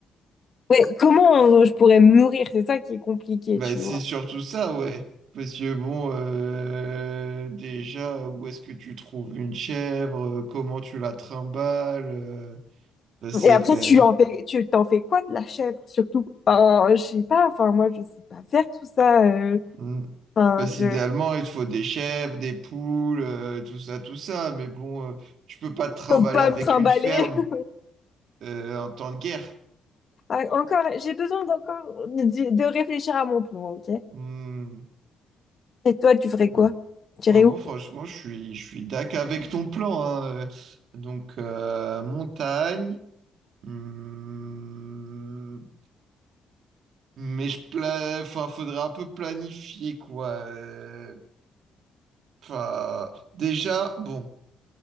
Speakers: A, on the left; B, on the right.
A: Ouais, comment euh, je pourrais me nourrir? C'est ça qui est compliqué,
B: bah,
A: tu
B: c'est
A: vois.
B: surtout ça, ouais. Parce que bon, euh, déjà, où est-ce que tu trouves une chèvre? euh, Comment tu la trimbales? euh, ça, c'est
A: Et après,
B: clair.
A: tu en fais, tu t'en fais quoi de la chèvre, surtout? Enfin, je sais pas, enfin, moi, je sais pas faire tout ça. euh.
B: Hmm.
A: Enfin,
B: Parce
A: je
B: qu'idéalement, il te faut des chèvres, des poules, euh, tout ça, tout ça. Mais bon, euh, tu peux pas te trimballer
A: peux pas
B: avec
A: me trimballer.
B: une ferme
A: <laughs>
B: euh, en temps de guerre.
A: Ah, encore, j'ai besoin d'encore de, de réfléchir à mon plan, ok?
B: Hmm.
A: Et toi, tu ferais quoi? Tu
B: Bon,
A: irais
B: moi,
A: où?
B: franchement, je suis, je suis dac avec ton plan. hein. Donc, euh, montagne. hum, mais je pla... enfin, faudra un peu planifier, quoi. Euh, Enfin, déjà, bon,